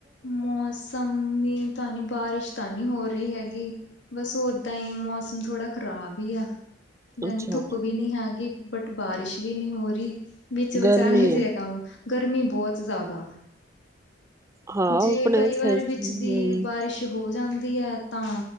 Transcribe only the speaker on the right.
ਅੱਛਾ
ਗਰਮੀ
ਆ
ਹਾਂ
ਆਪਣੇ
ਹੂੰ-ਹੂੰ